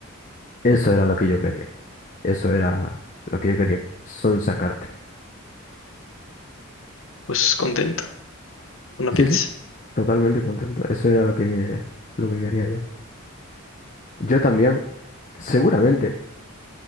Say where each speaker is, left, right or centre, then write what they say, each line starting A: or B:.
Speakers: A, on the left; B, on the left.
A: Eso era lo que yo quería. Eso era lo que yo quería, sacarte.
B: Pues contento, una
A: Sí,
B: pizza.
A: sí, totalmente contento. Eso era lo que, lo que quería yo. Yo también. Seguramente